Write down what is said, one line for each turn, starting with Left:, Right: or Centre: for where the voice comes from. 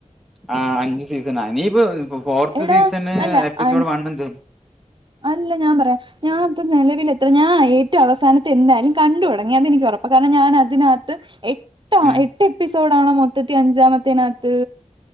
Centre: ആ അഞ്ച് സീസണാ നീയിപ്പ ഫോർത്ത്
Right: എടാ
Centre: സീസണ്
Right: അല്ല
Centre: എപ്പിസോഡ് വൺ എന്ത്
Right: അല്ല ഞാൻ പറയാം ഞാൻ ഇപ്പ നിലവിലെത്ര ഞാൻ ഏറ്റവും അവസാനത്തെ എന്തായാലും കണ്ട് തുടങ്ങി അതെനിക്ക് ഉറപ്പാ കാരണം ഞാൻ അതിനകത്ത് എട്ടോ
Centre: ഉം
Right: എട്ട് എപ്പിസോഡാണോ മൊത്തത്തി അഞ്ചാമത്തേ യിനകത്ത്